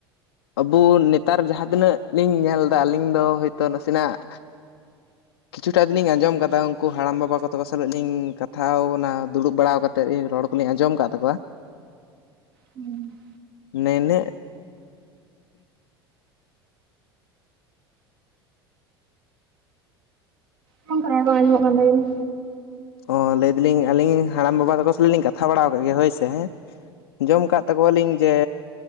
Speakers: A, on the left (about 65°); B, on the right (about 65°).
A: ᱟᱵᱚ ᱱᱮᱛᱟᱨ ᱡᱟᱦᱟᱸ ᱛᱤᱱᱟᱹᱜ ᱞᱤᱧ ᱧᱮᱞ ᱮᱫᱟ ᱟᱹᱞᱤᱧ ᱫᱚ ᱦᱚᱳᱭᱛᱳ ᱱᱟᱥᱮᱱᱟᱜ᱾ ᱠᱤᱪᱷᱩᱴᱟ ᱫᱤᱱᱤᱧ ᱟᱸᱡᱚᱢ ᱠᱟᱫᱟ ᱩᱱᱠᱩ ᱦᱟᱲᱟᱢ ᱵᱟᱵᱟ ᱠᱚ ᱛᱟᱠᱚ ᱥᱟᱞᱟᱜ ᱞᱤᱧ ᱠᱟᱛᱷᱟᱣ ᱠᱟᱱᱟ ᱫᱩᱲᱩᱵ ᱵᱟᱲᱟ ᱠᱟᱛᱮᱫ ᱞᱤᱧ ᱨᱚᱲ ᱠᱚᱱᱞᱤᱧ ᱟᱸᱡᱚᱢ ᱟᱠᱟᱫ ᱛᱟᱠᱚᱣᱟ᱾
B: ᱦᱩᱸ
A: ᱱᱮᱱᱮ᱾
B: ᱜᱚᱢᱠᱮ ᱨᱚᱲ ᱵᱟᱝ ᱟᱡᱚᱸᱢᱚᱜ ᱠᱟᱱ ᱛᱟᱵᱤᱱᱟ᱾
A: ᱚ ᱞᱟᱹᱭ ᱫᱟᱞᱤᱧ ᱟᱹᱞᱤᱧ ᱦᱟᱲᱟᱢ ᱵᱟᱵᱟ ᱛᱟᱠᱚ ᱥᱟᱞᱟᱜ ᱞᱤᱧ ᱠᱟᱛᱷᱟ ᱵᱟᱲᱟᱣ ᱠᱟᱫ ᱜᱮᱭᱟ ᱦᱳᱭ ᱥᱮ ᱦᱮᱸ᱾ ᱟᱸᱡᱚᱢ ᱟᱠᱟᱫ ᱛᱟᱠᱚᱣᱟᱞᱤᱧ ᱡᱮ